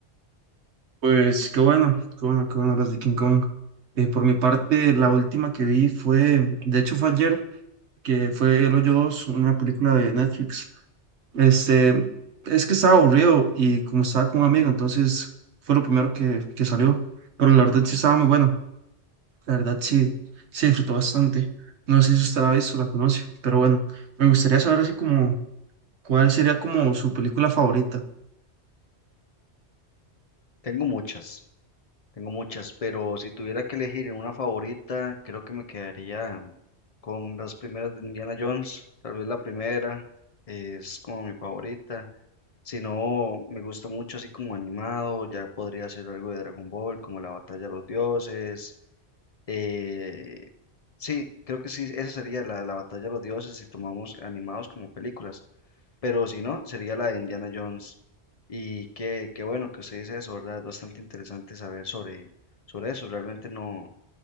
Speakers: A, on the right; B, on the left.
A: Pues qué bueno, qué bueno, qué bueno las de King Kong. Eh, por mi parte, la última que vi fue, de hecho fue ayer, que fue El Hoyo Dos una película de Netflix. Este, es que estaba aburrido y como estaba con un amigo, entonces fue lo primero que, que salió. Pero la verdad sí estaba muy bueno, la verdad sí, sí disfrutó bastante. No sé si usted la ha visto, o la conoce, pero bueno, me gustaría saber así como cuál sería como su película favorita.
B: Tengo muchas. Tengo muchas, pero si tuviera que elegir una favorita, creo que me quedaría con las primeras de Indiana Jones. Tal vez la primera es como mi favorita. Si no, me gusta mucho así como animado, ya podría ser algo de Dragon Ball, como la batalla de los dioses. eh, sí, creo que sí, esa sería la, la batalla de los dioses si tomamos animados como películas pero si no, sería la de Indiana Jones. Y qué, qué bueno que usted dice eso, ¿verdad? Es bastante interesante saber sobre, sobre eso, realmente no,